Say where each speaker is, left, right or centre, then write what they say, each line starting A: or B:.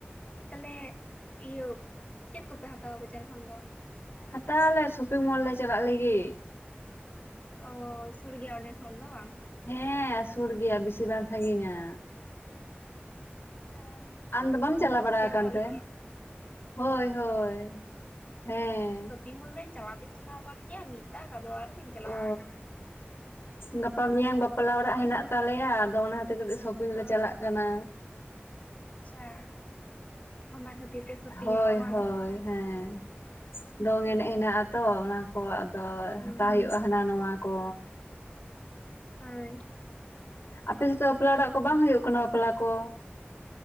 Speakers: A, on the left; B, on the left.
A: ᱛᱟᱦᱚᱞᱮ ᱤᱭᱟᱹ ᱪᱮᱫ ᱠᱚᱯᱮ ᱦᱟᱛᱟᱣᱟ ᱵᱟᱡᱟᱨ ᱠᱷᱚᱱ ᱫᱚ?
B: ᱦᱟᱛᱟᱣᱟᱞᱮ ᱥᱚᱯᱤᱝ ᱢᱚᱞ ᱞᱮ ᱪᱟᱞᱟᱜ ᱞᱟᱹᱜᱤᱫ
A: ᱚ ᱥᱩᱨ ᱜᱮᱭᱟ ᱚᱸᱰᱮ ᱠᱷᱚᱱ ᱫᱚ ᱵᱟᱝ?
B: ᱦᱮᱸ ᱥᱩᱨ ᱜᱮᱭᱟ ᱵᱤᱥᱤ ᱵᱟᱝ ᱥᱟᱹᱜᱤᱧᱟ
A: ᱟᱪᱪᱷᱟ
B: ᱟᱢ ᱫᱚ ᱵᱟᱢ ᱪᱟᱞᱟᱣ
A: ᱫᱚᱛᱚ
B: ᱵᱟᱲᱟ
A: ᱠᱚᱯᱮ ᱦᱟᱛᱟᱣ
B: ᱠᱟᱱ ᱛᱮ
A: ᱞᱟᱹᱜᱤᱫ
B: ᱦᱳᱭ ᱦᱳᱭ ᱦᱮᱸ᱾
A: ᱤᱧ ᱢᱟ ᱵᱟ. ᱧ ᱪᱟᱞᱟᱣ ᱫᱚᱧ ᱪᱟᱞᱟᱣ ᱠᱟᱱ ᱜᱮᱭᱟ ᱢᱤᱫ ᱫᱷᱟᱣ ᱟᱫᱚ ᱟᱨ ᱵᱟᱹᱧ ᱪᱟᱞᱟᱣ
B: ᱚ
A: ᱠᱟᱱᱟ
B: ᱜᱟᱯᱟ ᱢᱮᱭᱟᱝ ᱵᱟᱯᱞᱟ ᱚᱲᱟᱜ ᱦᱮᱱᱟᱜ ᱛᱟᱞᱮᱭᱟ᱾ ᱟᱫᱚ ᱚᱱᱟᱛᱮ ᱠᱟᱹᱴᱤᱡ ᱥᱚᱯᱤᱝ ᱞᱮ
A: ᱚ
B: ᱪᱟᱞᱟᱜ ᱠᱟᱱᱟ
A: ᱟᱪᱪᱷᱟ ᱚᱱᱟ ᱠᱷᱟᱹᱛᱤᱨ ᱛᱮ ᱥᱚᱯᱤᱝᱮᱜᱼᱟ
B: ᱦᱳᱭ
A: ᱵᱟᱝ?
B: ᱦᱳᱭ ᱦᱮᱸ ᱫᱚᱝ ᱮᱱᱮᱡ ᱦᱮᱱᱟᱜᱼᱟ ᱛᱚ ᱚᱱᱟ ᱠᱚ ᱟᱫᱚ
A: ᱦᱩᱸ
B: ᱦᱟᱛᱟᱣ
A: ᱦᱩᱸ
B: ᱦᱩᱭᱩᱜᱼᱟ ᱦᱟᱱᱟ ᱱᱟᱣᱟ ᱠᱚ
A: ᱦᱳᱭ᱾
B: ᱟᱯᱮᱥᱮᱫ ᱫᱚ ᱵᱟᱯᱞᱟ ᱚᱲᱟᱜ ᱠᱚ ᱵᱟᱝ ᱦᱩᱭᱩᱜ ᱠᱟᱱᱟ ᱵᱟᱯᱞᱟ ᱠᱚ।